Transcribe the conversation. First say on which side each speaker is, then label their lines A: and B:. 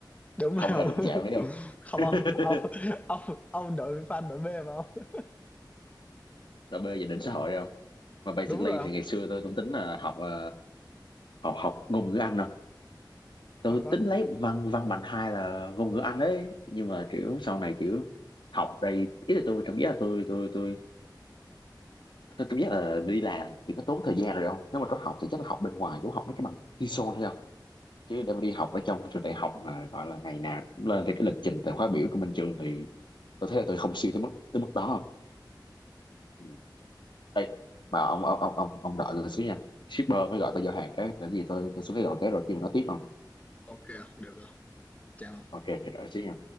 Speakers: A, on the left; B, on the left.
A: đúng
B: không
A: rồi
B: hề đụng chạm đấy không
A: <laughs> không
B: <laughs>
A: không ông ông ông đội fan đội B mà không
B: là bê về đỉnh xã hội không mà basically
A: đúng rồi
B: thì
A: không
B: ngày xưa tôi cũng tính là học ờ, học học ngôn ngữ Anh không tôi
A: thật á
B: tính lấy văn văn bằng hai là ngôn ngữ Anh đấy. nhưng mà kiểu sau này kiểu học đây ý là tôi cảm giác là tôi tôi tôi tôi cảm giác là đi làm thì nó tốn thời gian rồi không nếu mà có học thì chắc là học bên ngoài giống học mấy cái bằng TESOL thôi không chứ để mà đi học ở trong trường đại học mà gọi là ngày nào cũng lên thì cái lịch trình tại khóa biểu của bên trường thì tôi thấy là tôi không siêng tới mức tới mức đó không ừ. đây mà ông ông ông ông ông đợi tôi xíu nha shipper mới gọi tôi giao hàng cái để gì tôi tôi xuống cái đầu cái rồi khi mà nó tiếp không
A: ok được rồi chào ông.
B: ok chờ đợi xíu nha